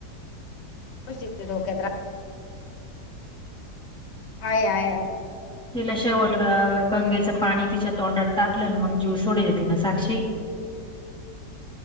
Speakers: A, on the left; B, in the centre.
A: नशीब ते डोक्यात रा, हाय हाय हाय.
B: तिला शेवट गंगेचं पाणी तिच्या तोंडात टाकलं आणि मग जीव सोडेल तिन साक्षी. <inaudible>